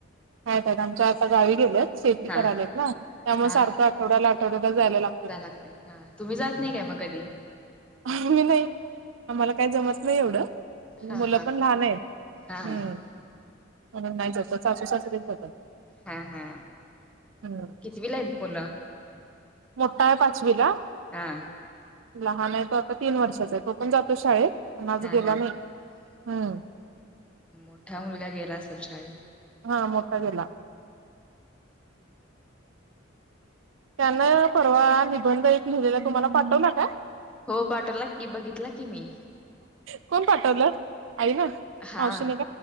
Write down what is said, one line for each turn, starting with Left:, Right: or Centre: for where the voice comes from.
Right: मा आहेत आमच्या आता गावी गेलेत शेती
Centre: हा
Right: करालेत ना त्यामुळे
Centre: हा
Right: सारखं आठवड्याला आठवड्याला जायला लागत
Centre: जा लागते हा तुम्ही जात नाही काय मग कधी.
Right: आम्ही नाही आम्हाला काय जमत नाही एवढं.
Centre: हा
Right: मुलं पण लहान आहेत
Centre: हा
Right: हम्म. म्हणून नाही जात सासू-सासरेच जातात.
Centre: हा हा
Right: हम्म
Centre: कितवीला आहेत मुलं?
Right: मोठा आहे पाचवीला.
Centre: हा
Right: लहान आहे तो आता तीन वर्षाचा आहे तो पण जातो शाळेत पण आज
Centre: हा
Right: गेला
Centre: हा
Right: नाही,
Centre: हा
Right: हम्म
Centre: हा मोठा मुलगा गेला असेल शाळेत?
Right: हा मोठा गेला त्यान परवा निबंध एक लिहिलेला तुम्हाला पाठवला काय?
Centre: हो पाठवला की बघितला की मी.
Right: कोण पाठवलं आई ना
Centre: हा
Right: मावशीने काय